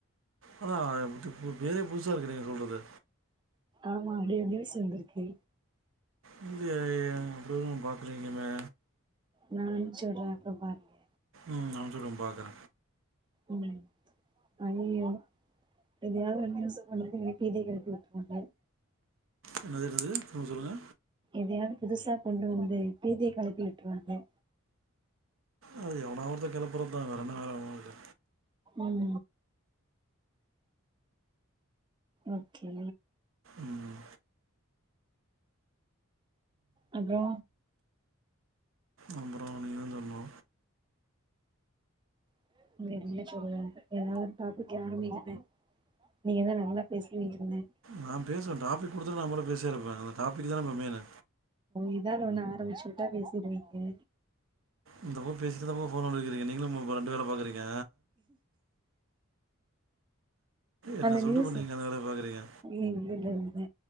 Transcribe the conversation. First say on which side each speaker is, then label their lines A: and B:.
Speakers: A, on the right (about 70°); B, on the right (about 20°).
A: அதா இப்ப பேறே புதுசாருக்கு நீங்க சொல்றது
B: ஆமா அடியோரு நியூஸ் வந்துருக்கு
A: இல்லியே அப்டி ஒன்னு பாக்கலங்குமே
B: நா சொல்ற அப்போ பாருங்க
A: ம் அம்ச்சு உடுங்க பாக்குற
B: ம் அய்யய்யோ எதையாவது ஒரு நியூஸ சொல்லி பீதிய கெளப்பி வுட்றுவாங்க
A: என்னது என்னது திரும்ப சொல்லுங்க
B: எதையாவ புதுசாக் கொண்டு வந்து பீதியக் கெளப்பி விட்டுருவாங்க
A: அது எவனா ஒருத்த கெளப்புறத்தா வேற என்ன வேல அவன்களுக்கு
B: ம் ஓக்கே
A: ம்
B: அப்றோ
A: அப்பற நீங்கதா சொல்னு
B: <unintelligible> எதாது ஒரு டாபிக் ஆரம்பிங்க நீங்கதா நல்லா பேசுவீங்கதான
A: நா பேசுவ டாப்பிக் கொடுத்துட்டு நாபாட்டு பேசியேருப்ப அந்தட்டாப்பிக் தான இப்ப மெயினு
B: எதாவது ஒண்ணு ஆரம்பிச்சு விட்டா பேசிருவீங்க
A: இந்தப்பக்கோ பேசிட்டு இந்தப்பக்கோ ஃபோன் நோண்டிருக்கிறீங்க நீங்களு ப ரெண்டு வேலப் பாக்குறீங்க என்ன
B: அந்த
A: சொல்லிட்டு
B: நியூஸ்சு
A: இப்ப நீங்க அந்த வேலைய பாக்குறீங்க
B: இ இல்ல இல்லல்ல